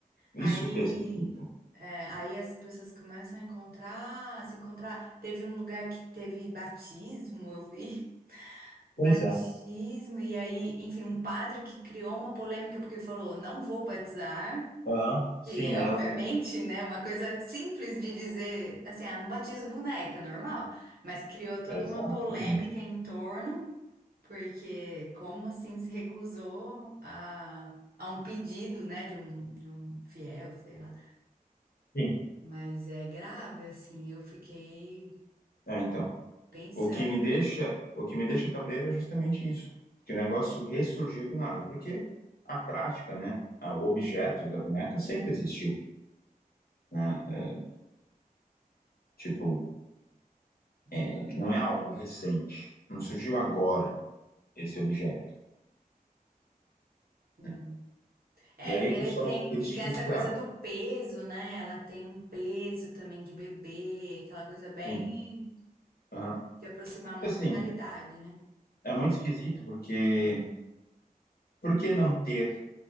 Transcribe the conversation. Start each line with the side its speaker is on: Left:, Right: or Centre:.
Left: Isso
Right: Aí,
Left: que é esquisito.
Right: é, aí as pessoas começam a encontrar, a se encontrar. Teve um lugar que teve batismo, eu vi.
Left: Pois
Right: Batismo,
Left: é.
Right: e aí, enfim, um padre que criou uma polêmica porque falou, não vou batizar,
Left: Ah, sim,
Right: que obviamente,
Left: é, eu vi.
Right: né, uma coisa simples de dizer, assim, ah, não batizo boneca, normal, mas criou toda
Left: Exatamente.
Right: uma polêmica em torno, porque como assim se recusou a, a um pedido, né, de um, de um fiel, sei lá.
Left: Sim,
Right: Mas é grave, assim, eu fiquei
Left: é, então.
Right: pensando.
Left: O que me deixa, o que me deixa cabreiro é justamente isso, que o negócio ressurgiu do nada, porque a prática, né, a- o objeto da boneca sempre existiu, né? É, tipo, é, não é algo recente, não surgiu agora esse objeto,
Right: hum,
Left: né?
Right: É,
Left: E aí
Right: e
Left: o
Right: ele
Left: pessoal
Right: tem,
Left: critica,
Right: e tem essa coisa do peso, né? Ela tem um peso também de bebê, aquela coisa bem
Left: sim, aham.
Right: de aproximar muito
Left: Assim,
Right: a realidade, né?
Left: é muito esquisito porque, por que não ter